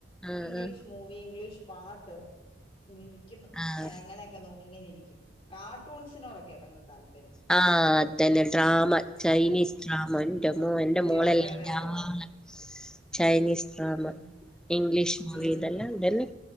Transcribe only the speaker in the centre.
ആഹ്
ആഹ്
ആഹ്
ആഹ് അതന്നെ ഡ്രാമ
ചൈനീസ് ഡ്രാമ എന്റെമ്മോ എൻ്റെ
മോളെല്ലം
അയിൻ്റെ
ആളാ
ചൈനീസ് ആ‍ന്ന
ഇംഗ്ലീഷ് മൂവി
ഇതെല്ലാം
എന്തല്ലെ